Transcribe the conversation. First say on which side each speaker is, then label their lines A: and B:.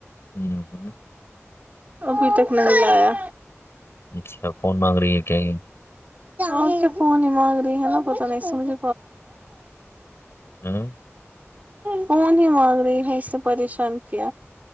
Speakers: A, on the left; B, on the right.
A: ہوں ہوں
B: ابھی تک نہیں لایا
A: اچھا فون مانگ رہی ہے کیا یہ
B: آ فون مانگ رہ ہیں ن بتمجھ
A: ہوں
B: فون ہی مانگ رہ ہے اس پریشان کی